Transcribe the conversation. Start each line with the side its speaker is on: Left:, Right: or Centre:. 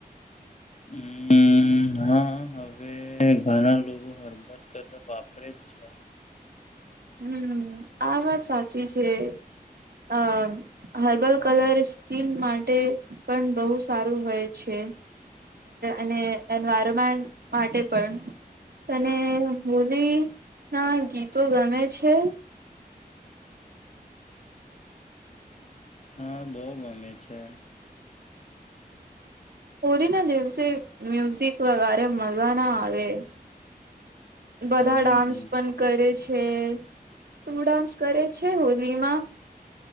Left: હમ હા હવે ઘણા લોકો હરબત કરા વાપરે જ છે
Right: હમ આ વાત સાચી છે આ હર્બલ કલર સ્કીન માટે પણ બહુ સારું હોય છે અને એન્વાયરમેન્ટ માટે પણ તને હોલી ના ગીતો ગમે છે
Left: હા બહ ગમે છે
Right: હોળીના દિવસે મ્યુઝિક વગરે મળજવા ના આવે બધા
Left: હમ
Right: ડાન્સ પણ કરે છે તું ડાન્સ કરે છે હોલીમાં